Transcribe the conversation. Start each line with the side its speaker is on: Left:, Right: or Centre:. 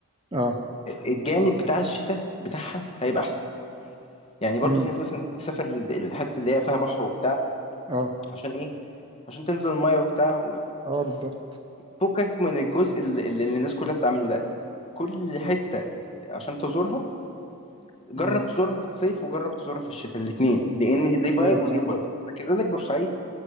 Right: اه
Left: الجانب بتاع الشتاء بتاعها هيبقى احسن يعني برضو
Right: امم
Left: في ناس مثلا تسافر الحتت اللي هي فيها بحر وبتاع
Right: اه
Left: عشان ايه عشان تنزل الميه وبتاع
Right: اه بالظبط
Left: فكك من الجزء اللي, اللي الناس كلها بتعمله ده كل حتة عشان تزورها جرب
Right: امم
Left: تزورها في الصيف وجرب تزورها في الشتاء الاتنين لأن دي فايب
Right: ايوه
Left: ودي
Right: اه
Left: فايب
Right: اه
Left: فكذلك بورسعيد